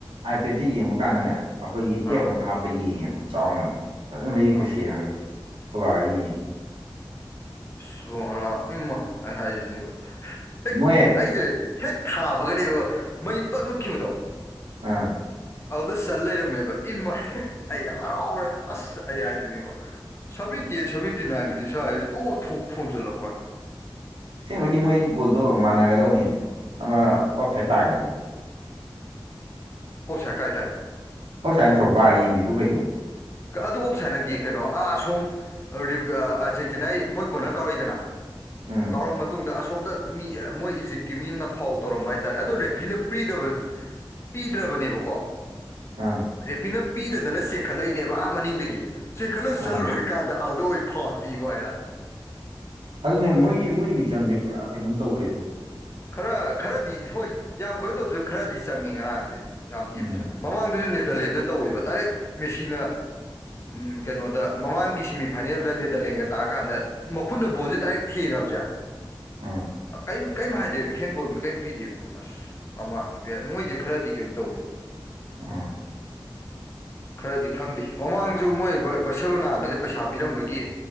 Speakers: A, on the right (about 80°); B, on the left (about 30°).
A: ꯑꯥꯏꯄꯦꯗꯇ ꯌꯦꯡꯕ ꯀꯥꯟꯗꯅꯦ ꯑꯈꯣꯏꯒꯤ ꯑꯦꯞ
B: ꯑꯥ
A: ꯑꯃ ꯍꯥꯞꯄ ꯌꯦꯡꯉꯦꯕ ꯆꯥꯎꯅ ꯐꯖ ꯃꯌꯦꯛꯇꯣ
B: ꯑꯥ
A: ꯁꯦꯡꯉꯒ ꯈꯣꯕꯥꯍꯣꯏ ꯌꯦꯡ
B: ꯑꯁ ꯏꯕꯣ ꯉꯔꯥꯡ ꯎꯝꯃꯥꯏ ꯑꯩ ꯍꯥꯏꯖꯤꯅꯦꯕꯨ ꯍꯦꯛ
A: ꯃꯣꯏ
B: ꯑꯩꯖꯦ ꯍꯦꯛ ꯊꯥꯕꯒꯅꯦꯕ ꯃꯩ ꯄꯠ ꯃꯨꯠꯈꯤꯕꯗꯣ
A: ꯑꯥ
B: ꯑꯧꯗ ꯆꯜ ꯂꯩꯔꯝꯃꯦꯕ ꯏꯃꯥꯏ ꯑꯩ ꯍꯔꯥꯎꯔꯦ ꯑꯁ ꯑꯩ ꯍꯥꯏꯖꯤꯅꯤꯕꯣ seventy eight seventy nine minute ꯁ꯭ꯋꯥꯏꯖꯤ ꯇꯣꯞ ꯊꯣ ꯊꯣꯛ ꯊꯣꯝꯖꯤꯜꯂꯛꯄ ꯋꯥ
A: ꯑꯁꯦꯡꯕꯩꯗꯤ ꯃꯣꯏ ꯒꯣꯜꯗꯣ ꯃꯥꯟꯅꯒꯗꯧꯅꯤ ꯑꯃ
B: ꯑꯥ
A: ꯑꯣꯞ ꯁꯥꯏꯠ ꯇꯥꯒꯤꯗꯣ
B: ꯑꯣꯞꯁꯥꯏꯠ ꯀꯥꯏ ꯇꯥꯏꯕ
A: ꯑꯣꯞ ꯁꯥꯏꯠ ꯅꯠꯇ꯭ꯔꯣ ꯕꯥꯔ ꯌꯦꯡꯒꯤꯕꯗꯨ ꯀꯩꯅꯣ
B: ꯀ ꯑꯗꯨ ꯑꯣꯞ ꯁꯥꯏꯠ ꯅꯠꯇꯦ ꯀꯩꯅꯣ ꯑꯥ ꯁꯣꯝ ꯑꯔꯗꯤꯄꯥ ꯑꯥ ꯑꯥꯔꯖꯦꯟꯇꯤꯅꯥꯏ ꯃꯣꯏ ꯀꯣꯅꯔ ꯀꯧꯔꯏꯗꯅ
A: ꯎꯝ
B: ꯀꯥꯎꯔ ꯃꯇꯨꯡꯗ ꯑꯁꯣꯝꯗ ꯃꯤ ꯃꯣꯏ ꯏꯖꯤꯞꯀꯤ ꯃꯤ ꯑꯝꯅ ꯐꯥꯎꯜ ꯇꯧꯔꯝꯕ ꯍꯥꯏꯇꯥꯥꯔꯦ ꯑꯗꯣ ꯔꯦꯐ꯭ꯔꯤꯅ ꯄꯤꯗꯕ ꯄꯤꯗ꯭ꯔꯕꯅꯦꯕꯀꯣ
A: ꯑ
B: ꯔꯦꯐ꯭ꯔꯤꯅ ꯄꯤꯗꯗꯅ ꯆꯦꯟꯈꯠꯂꯛꯏꯅꯦꯕ ꯑꯥ ꯃꯅꯤꯡꯗꯒꯤ ꯆꯦꯟꯈꯠꯂ ꯆꯠꯂꯣꯏ
A: ꯑꯥ
B: ꯀꯥꯗ ꯑꯥꯎꯗ ꯑꯣꯏ ꯐꯥꯎꯜ ꯄꯤꯕ ꯍꯥꯏꯔ
A: ꯑꯗꯨꯅꯦ ꯃꯣꯏꯒꯤ ꯃꯣꯏ ꯃꯤꯆꯪꯖꯦ ꯄꯨꯔꯥ ꯀꯩꯅꯣꯝ ꯇꯧꯋꯦꯕꯨ
B: ꯈꯔ ꯈꯔꯗꯤ ꯍꯣꯏ ꯌꯥꯝ ꯀꯅꯣ ꯇꯧꯗ꯭ꯔ ꯈꯔꯗꯤ ꯆꯪꯉꯦ ꯉꯔꯥꯡꯖꯦ ꯌꯥꯝ ꯊꯤ
A: ꯎꯝ
B: ꯐꯖꯅ ꯃꯃꯥꯡꯗꯖꯨ ꯅꯦꯗꯔꯂꯦꯟꯗ ꯇꯧꯋꯦꯕ ꯗꯥꯏꯔꯦꯛ ꯃꯦꯁꯤꯅ ꯎꯝ ꯀꯩꯅꯣꯗ ꯃꯃꯥꯡꯒꯤ ꯁꯦꯃꯤ ꯐꯥꯏꯅꯦꯜꯗ ꯅꯦꯗꯔꯂꯦꯟꯒ ꯇꯥꯀꯥꯟꯗ ꯃꯈꯨꯠꯅ ꯕꯣꯟꯖꯦ ꯗꯥꯏꯔꯦꯛ ꯊꯦꯡꯉꯕꯖꯦ
A: ꯑꯥ
B: ꯀꯩꯝ ꯀꯩꯝ ꯍꯥꯏ ꯗꯦꯃꯤ ꯍꯦꯟꯕꯣꯟꯒ ꯀꯔꯤꯝ ꯄꯤꯗꯦꯃꯣ ꯑꯁ ꯃꯃꯥꯡꯒꯤꯗꯦ ꯃꯣꯏꯖꯦ ꯈꯔꯗꯤ ꯀꯩꯅꯣ ꯇꯧꯋꯤ
A: ꯎꯝ
B: ꯈꯔꯗꯤ ꯈꯪꯗꯦ ꯃꯃꯥꯡꯖꯨ ꯃꯣꯏ ꯕꯔ ꯕꯔꯁꯦꯂꯣꯅꯥꯒꯖꯦ ꯄꯩꯁꯥ ꯄꯤꯔꯝꯕꯒꯤ